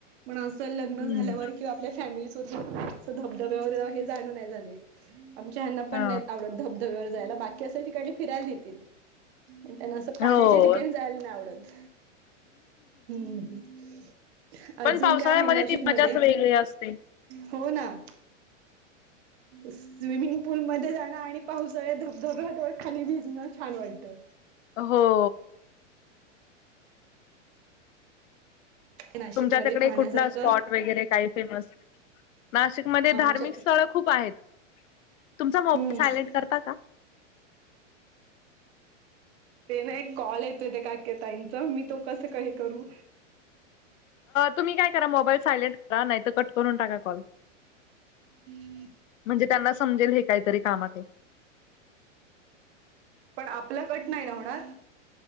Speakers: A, on the right; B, on the left.
A: मण असं लग्न
B: हम्म
A: झाल्यावर किंवा आपल्या फॅमिलीसोबत असं धबधब्यावर हे जाणं नई झालय. आमच्या ह्यांना पण
B: हा
A: नाही आवडत धबधब्यावर जायला, बाकी असा ठिकाणी फिरायला न्हेतील. पण त्यांना असं पाण्याच्या
B: हो.
A: ठिकाणी जायला नाय आवडत. हम्म
B: पण
A: अजून
B: पावसाळ्यामध्ये
A: काय आहे नाशिकमध्ये?
B: ती मजाच वेगळी असते.
A: हो ना. स्विमिंग पूल मध्ये जाण आणि पाऊस सगळ्या धबधब्यात खाली भिजणं छान वाटतं.
B: हो.
A: नाशिकमध्ये
B: तुमच्या तिकडे
A: पाहण्यासारखं
B: कुठला स्पॉट वगैरे, काही फेमस? नाशिकमध्ये
A: आमच्या
B: धार्मिक स्थळ खूप आहेत. तुमचा मो
A: हम्म
B: सायलेंट करता का?
A: ते ना एक कॉल येतोय त्या काक्यताईच, मी तो कसं हे करू?
B: तुम्ही काय करा मोबाईल सायलेंट करा, नाहीतर कट करून टाका कॉल.
A: <unintelligible>
B: म्हणजे त्यांना समजेल हे काहीतरी कामाताय.
A: पण आपला कट नाही ना होणार?